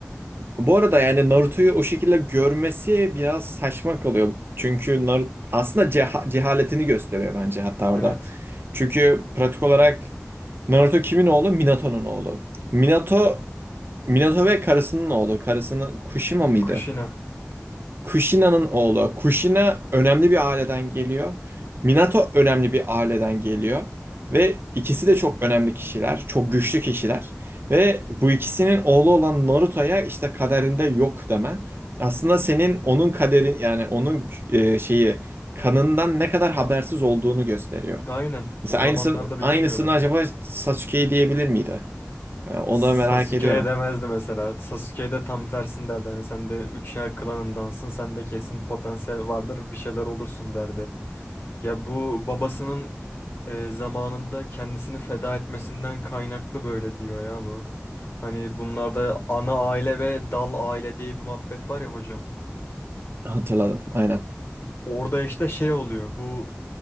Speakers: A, on the right; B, on the left.
A: bu arada yani Naruto'yu o şekilde görmesi biraz saçma kalıyor. Çünkü Naruto aslında ceha- cehaletini gösteriyor bence hatta orada.
B: Evet,
A: Çünkü pratik olarak Naruto kimin oğlu? Minato'nun oğlu. Minato Minato ve karısının oğlu. Karısının Kushima mıydı?
B: Kushina.
A: Kushina'nın oğlu. Kushina önemli bir aileden geliyor. Minato önemli bir aileden geliyor. Ve ikisi de çok önemli kişiler, çok güçlü kişiler. Ve bu ikisinin oğlu olan Naruto'ya işte kaderinde yok demen. Aslında senin onun kaderin yani onun e, şeyi kanından ne kadar habersiz olduğunu gösteriyor.
B: Aynen.
A: Mesela
B: O zamanlarda
A: aynısını,
B: bilinmiyordu.
A: aynısını acaba Sasuke'ye diyebilir miydi? E, Onu
B: Sasuke'ye
A: da merak ediyorum.
B: demezdi mesela. Sasuke'ye de tam tersini derdi. Hani sen de üç yer klanındansın. Sen de kesin potansiyel vardır. Bir şeyler olursun derdi. Ya bu babasının e, zamanında kendisini feda etmesinden kaynaklı böyle diyor ya bu. Hani bunlarda ana aile ve dal aile diye bir muhabbet var ya hocam.
A: Hatırladım aynen.
B: Orada işte şey oluyor. Bu